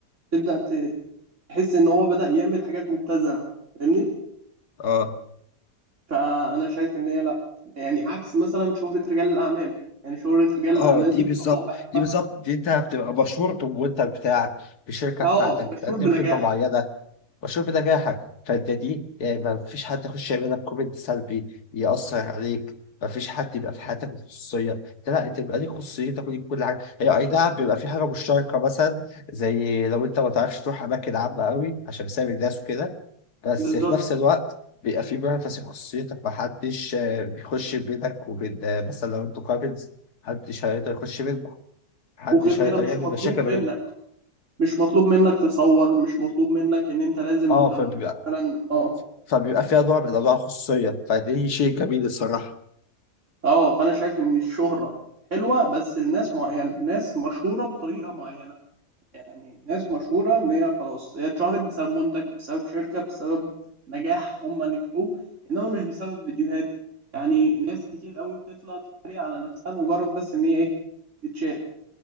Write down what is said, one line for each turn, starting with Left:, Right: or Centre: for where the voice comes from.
Right: تبدأ ت- تحس إن هو بدأ يعمل حاجات مبتذلة فاهمني
Left: اه
Right: فأنا شايف إن هي لأ يعني عكس مثلا شهرة رجال الأعمال يعني شهرة رجال
Left: اه
Right: الأعمال
Left: دي
Right: دي
Left: بالظبط
Right: اه بحبها
Left: دي بالظبط دي انت بتبقى مشهور بالمنتج بتاعك بالشركه
Right: اه
Left: بتاعتك بتقدم
Right: مشهور بنجاحك
Left: خدمه معينه والشرب ده جاحك فانت دي يعني ما فيش حد يخش يعمل لك كومنت سلبي يأثر عليك ما فيش حد يبقى في حياتك الخصوصية ده لا انت بيبقى ليك خصوصيتك وليك كل حاجة هي اي نعم بيبقى في حاجة مشتركة مثلا زي لو انت ما تعرفش تروح أماكن عامة قوي عشان بسبب الناس وكده بس
Right: بالظبط
Left: في نفس الوقت بيبقى في بيرفس في خصوصيتك ما حدش آه، بيخش بينك وبين آه، مثلا لو انتوا كابلز محدش هيقدر يخش بينكم محدش
Right: وغير كده
Left: هيقدر
Right: مش
Left: يعمل
Right: مطلوب
Left: مشاكل
Right: منك
Left: ما بينكم
Right: مش مطلوب منك تصور مش مطلوب منك ان انت لازم
Left: اه
Right: لو
Left: فبيبقى
Right: مثلا اه
Left: فبيبقى فيها نوع من انواع الخصوصيه فدي شيء جميل الصراحه
Right: اه فانا شايف ان الشهرة حلوة بس لناس معينة ناس مشهورة بطريقة معينة يعني ناس مشهورة ان هي خلاص هي اتشهرت بسبب منتج بسبب شركة بسبب نجاح هم نجحوه انما مش بسبب فيديوهات يعني ناس كتير قوي بتطلع تتريق على نفسها مجرد بس ان هي ايه تتشاف